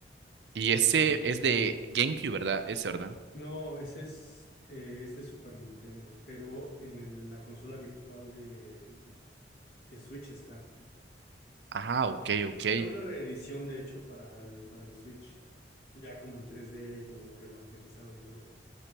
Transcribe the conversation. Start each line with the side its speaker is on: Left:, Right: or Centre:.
Right: Y
Left: me
Right: ese
Left: gusta mucho.
Right: es de GameCube, ¿verdad? Ese, ¿verdad?
Left: No, ese es, eh, es de Super Nintendo, pero en el- la consola virtual de, de Switch está.
Right: Ah, ok, ok.
Left: Hicieron una reedición, de hecho, para el, para el Switch, ya como en 3D, como remasterizado y todo.